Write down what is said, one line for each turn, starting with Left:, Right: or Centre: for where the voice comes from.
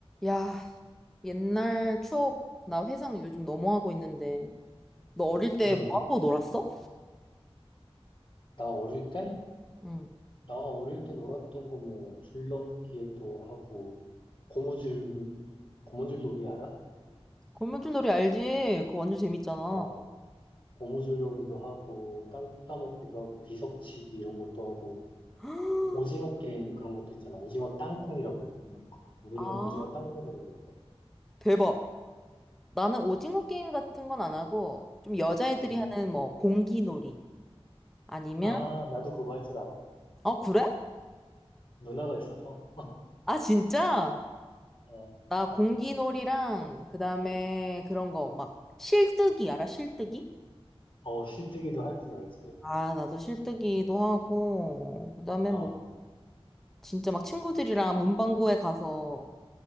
Centre: 야, 옛날 추억, 나 회상 요즘 너무 하고 있는데. 너 어릴 때
Left: 응,
Centre: 뭐 하고 놀았어?
Left: 나 어릴 때?
Centre: 응.
Left: 나 어릴 때 놀았던 거 뭐, 줄넘기도 하고, 고무줄, 고무줄 놀이 알아?
Centre: 거미줄 놀이 알지? 그거 완전 재밌잖아.
Left: 어, 고무줄 놀이도 하고, 땅 따먹기도 하고, 비석치기 이런 것도 하고,
Centre: <gasps>
Left: 오징어 게임 그런 것도 있잖아. 오징어 땅콩이라고 했던 거. 우리는
Centre: 아,
Left: 오징어 땅콩이라고 했는데.
Centre: 대박. 나는 오징어 게임 같은 건 안 하고, 좀 여자애들이
Left: 응.
Centre: 하는 뭐, 공기놀이. 아니면,
Left: 아, 나도 그거 할 줄 알아.
Centre: 어, 그래?
Left: 누나가 있어서,
Centre: 아, 진짜?
Left: 어,
Centre: 나 공기놀이랑, 그 다음에 그런 거, 막, 실뜨기, 알아? 실뜨기?
Left: 어, 실뜨기도 할 줄 알지.
Centre: 아, 나도 실뜨기도 하고, 그 다음에
Left: 어,
Centre: 뭐, 진짜 막 친구들이랑 문방구에 가서